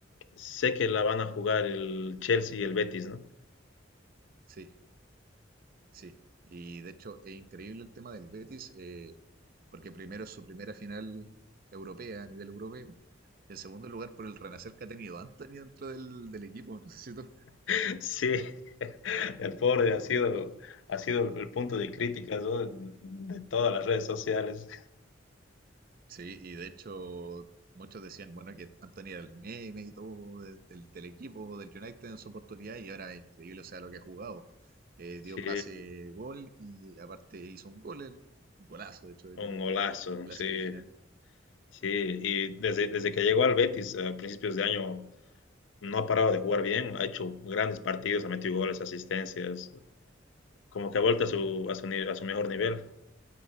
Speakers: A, on the left; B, on the right.
A: sé que la van a jugar el Chelsea y el Betis, ¿no?
B: Sí. Sí, y de hecho es increíble el tema del Betis, eh, porque primero es su primera final europea a nivel europeo, y en segundo lugar por el renacer que ha tenido Anthony dentro del, del equipo. No sé si tú-
A: <laughs> Sí, El pobre ha sido,
B: Sí.
A: ha sido el, el punto de crítica ¿no? de, de todas las redes sociales.
B: Sí, y de hecho muchos decían, bueno, que Anthony era el meme y todo de- del, del equipo, del United en su oportunidad, y ahora es increíble, o sea, lo que ha jugado. Eh,
A: Sí,
B: dio pase, gol, y aparte hizo un gol, el- un golazo, de hecho, de
A: un
B: tiro libre
A: golazo,
B: en la
A: sí.
B: semifinal.
A: Sí, y desde, desde que llegó al Betis a principios de año no ha parado de jugar bien, ha hecho grandes partidos, ha metido goles, asistencias, como que ha vuelto a su, a su, ni- a su mejor nivel.